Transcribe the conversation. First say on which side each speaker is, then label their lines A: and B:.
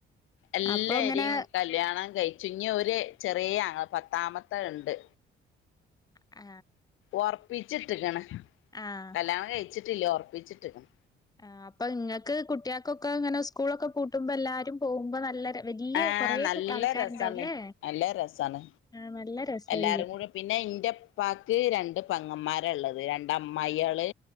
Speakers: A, on the left; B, on the left.
A: എല്ലായിരും
B: അപ്പൊ ഇങ്ങനെ
A: കല്യാണം കഴ ചുഞ്ഞ ഒരു ചെറിയ ആങ്ങള പത്താമത്തെ ഉണ്ട്
B: ആ
A: ഉറപ്പിച്ചിട്ടക്കണ്
B: ആഹ്
A: കല്യാണം കഴ ചിട്ടില്ല ഉറപ്പിച്ചേട്ടുന്
B: ആ അപ്പൊ നിങ്ങക്ക് കുട്ടികൾക്കൊക്കെ ഇങ്ങനെ സ്കൂളൊക്കെ പൂട്ടുമ്പോൾ എല്ലാരും പോകുമ്പോ നല്ല വല്യ
A: ആ
B: കൊറേ
A: നല്ല
B: ആൾക്കാരുണ്ടാവുംല്ലേ
A: രസമാണ് നല്ല രസമാണ്
B: ആഹ് നല്ല രസായിരിക്കും
A: എല്ലാരും കൂടി പിന്നെ എൻ്റെഉപ്പക്കു രണ്ട് പെങ്ങന്മാര ആരള്ളത് രണ്ട് അമ്മായികള്